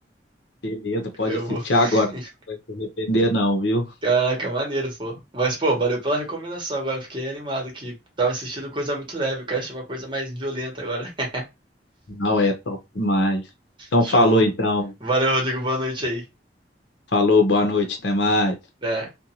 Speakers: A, on the left (about 70°); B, on the right (about 25°).
A: Beleza, pode
B: Eu
A: assistir
B: vou. <laughs>
A: agora, você não vai se arrepender não, viu?
B: Caraca, maneiro, pô. Mas, pô, valeu pela recomendação agora. Fiquei animado que tava assistindo coisa muito leve. Eu quero assistir uma coisa mais violenta agora. <laughs>
A: Não é top demais. Então
B: Show.
A: falou então,
B: Valeu, Rodrigo. Boa noite aí.
A: falou, boa noite, até mais.
B: Até.